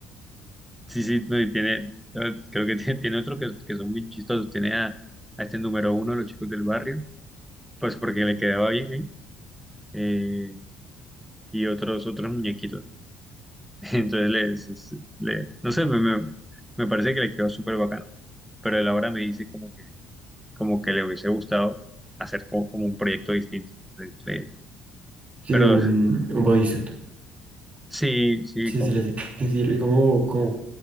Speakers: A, in the centre; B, on the right.
A: Sí, sí, no, y tiene, eh, creo que <laughs> tiene, tiene otro que, que son muy chistosos. Tiene a, a este número uno, de los chicos del barrio, pues porque le quedaba bien ahí, eh, y otros, otros muñequitos. <laughs> Entonces, les, le, no sé, me, me- me parece que le quedó súper bacano. Pero él ahora me dice como que, como que le hubiese gustado hacer como, como un proyecto distinto. Entonces, eh,
B: sí,
A: pero
B: un, un bodysuit.
A: <laughs> sí, sí,
B: Sí,
A: como-
B: se le hace que que sí, y como, como